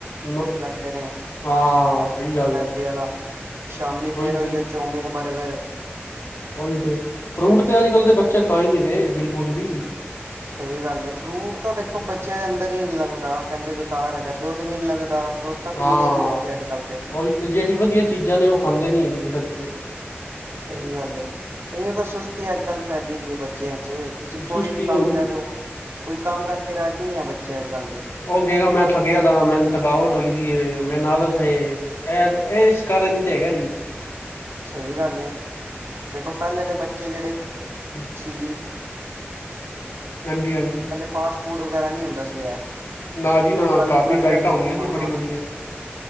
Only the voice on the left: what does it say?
ਨ
ਹਾਂ ਸਹੀ ਗੱਲ
ਹੈ
ਉਹੀ
ਤੇ
ਉਈ ਤੇ, ਫਰੂਟ ਤੇ ਅੱਜ ਕੱਲ ਦੇ ਬੱਚੇ ਖਾ ਹੀ ਨਹੀਂ ਰਹੇ, ਬਿਲਕੁਲ ਵੀ।
ਹਾਂ
ਉਹੀ ਤੇ ਜਿਹੜੀ ਵਧੀਆ ਚੀਜ਼ਾਂ ਨੇ ਉਹ ਖਾਂਦੇ ਨੀ ਹੈਗੇ ਬੱਚੇ
ਸੁਸਤੀ
ਹੁੰਦੀ
ਓਕੇਗਾ ਮੈਂ ਥਕਿਆ ਤਾਂ ਮੈਨੂੰ ਥਕਾਵਟ ਹੋਈ ਵੀ ਏ ਮੇਰੇ ਨਾਲਸ ਇਹ। ਐਪ ਇਸ ਕਾਰਨ ਤੇ ਹੈਗਾ ਜੀ।
<unintelligible>
ਹਾਂਜੀ, ਹਾਂਜੀ
ਨਾ ਜੀ ਨਾ
ਘਰ ਦੀ
ਡਾਇਟਾਂ ਹੁੰਦੀਆਂ ਸੀ
ਬੜੀ ਵਧੀਆ